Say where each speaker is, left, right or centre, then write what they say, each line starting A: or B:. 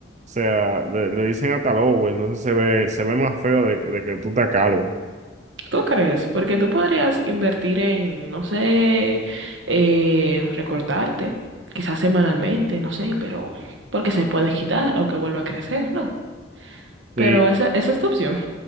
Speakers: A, on the right; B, on the right.
A: sea, le, le dicen hasta lobo, entonces se ve, se ve más feo de, que- de que tú estás calvo.
B: ¿Tú crees? Porque tú podrías invertir en, no sé, eh, recortarte, quizás semanalmente, no sé, pero porque se puede quitar, aunque vuelva a crecer, ¿no? Pero
A: Sí,
B: esa, esa es tu opción.